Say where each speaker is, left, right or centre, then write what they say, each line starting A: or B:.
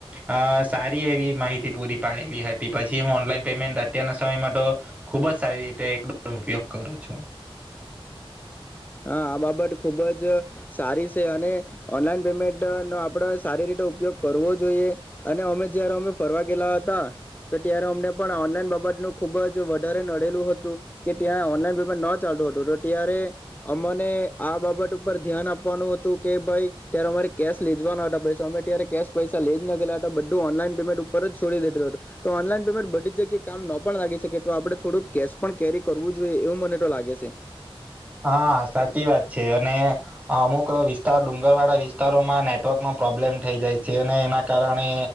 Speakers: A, on the right (about 15°); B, on the left (about 20°).
A: અ સારી એવી માહિતી પૂરી પાડેલી હતી. પછી હું ઓનલાઈન પેમેન્ટ અત્યારના સમય માટે ખુબ જ સારી રીતે એક ઉપયોગ કરું છું.
B: હા, આ બાબત ખુબ જ સારી છે, અને ઓનલાઈન પેમેન્ટ ન આપડે સારી રીતે ઉપયોગ કરવો જોઈએ. અને અમે જયારે અમે ફરવા ગેલા હતા, તો ત્યારે અમને પણ ઓનલાઈન બાબત નું ખુબ જ વધારે નડેલું હતું કે ત્યાં ઓનલાઈન પેમેન્ટ ન ચાલતું હતું તો. ત્યારે. અમને આ બાબત ઉપર ધ્યાન આપવાનું હતું કે ભાઈ, ત્યારે અમારે કેશ લે જવાના હતા, પણ અમે ત્યારે કેશ પૈસા લઈ જ નાખેલા હતા બધું ઓનલાઈન પેમેન્ટ ઉપર જ છોડી દેધેલું હતું. તો ઓનલાઈન પેમેન્ટ બધી જ જગ્યાએ કામ ન પણ લાગી શકે, તો આપણે થોડુંક કેશ પણ કેરી કરવું જોઈએ, એવું મને તો લાગે છે.
A: હા, સાચી વાત છે. અને અમુક વિસ્તાર ડુંગર વાળા વિસ્તારોમાં નેટવર્કનો પ્રોબ્લેમ થઈ જાય છે, અને એના કારણે